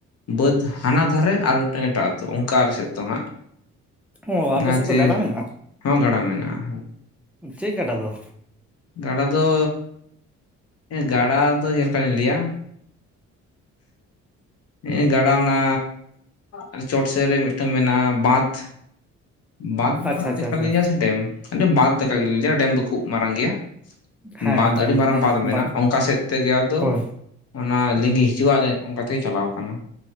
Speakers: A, on the left (about 55°); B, in the centre.
A: ᱵᱟᱹᱫᱽ ᱦᱟᱱᱟ ᱫᱷᱟᱨᱮ ᱟᱨ ᱢᱤᱫᱴᱟᱱ ᱮᱴᱟᱜ ᱟᱹᱛᱩᱳ ᱚᱱᱠᱟ ᱟᱞᱮ ᱥᱮᱫ ᱫᱚ ᱦᱟᱸᱜ
B: ᱚ
A: ᱚᱱᱟᱛᱤᱨ
B: ᱟᱯᱮ ᱥᱮᱫ ᱫᱚ ᱜᱟᱰᱟ ᱢᱮᱱᱟᱜᱼᱟ
A: ᱦᱚᱸ ᱜᱟᱰᱟ ᱢᱮᱱᱟᱜᱼᱟ
B: ᱪᱮᱜ ᱜᱟᱰᱟ ᱫᱚ?
A: ᱜᱟᱰᱟ ᱫᱚ ᱜᱟᱰᱟ ᱫᱚ ᱪᱮᱫᱠᱟ ᱞᱤᱧ ᱞᱟᱹᱭᱟ ᱦᱸᱮᱜ -ᱮ ᱜᱟᱰᱟ ᱚᱱᱟ ᱟᱨ ᱪᱚᱴ ᱥᱮᱫ ᱨᱮ ᱢᱤᱜᱴᱟᱝ ᱢᱮᱱᱟᱜᱼᱟ ᱵᱟᱸᱫᱷ ᱵᱟᱸᱫᱷ
B: ᱟᱪᱪᱷᱟ ᱟᱪᱪᱷᱟ
A: ᱞᱮᱠᱟ
B: ᱟᱪᱪᱷᱟ
A: <unintelligible> ᱰᱮᱢ ᱵᱟᱸᱫᱷ ᱞᱮᱠᱟ ᱜᱮᱞᱤᱧ ᱞᱟᱹᱭᱟ ᱰᱮᱢ ᱫᱚ ᱠᱷᱩᱵ ᱢᱟᱨᱟᱝ ᱜᱮᱭᱟ
B: ᱦᱮᱸ
A: ᱵᱟᱸᱫᱷ
B: ᱰᱮᱢ
A: ᱟᱹᱰᱤ ᱢᱟᱨᱟᱝ ᱵᱟᱸᱫᱷ ᱢᱮᱱᱟᱜᱼᱟ
B: ᱵᱟᱸᱫ
A: ᱚᱝᱠᱟ ᱥᱮᱫ ᱛᱮᱜᱮ ᱟᱫᱚ
B: ᱦᱳᱭ
A: ᱚᱱᱟ ᱞᱤᱸᱜᱤ ᱦᱤᱡᱩᱜᱼᱟ ᱟᱞᱮᱭᱟᱜ ᱚᱝᱠᱟ ᱛᱮᱜᱮ ᱪᱟᱞᱟᱣ ᱠᱟᱱᱟ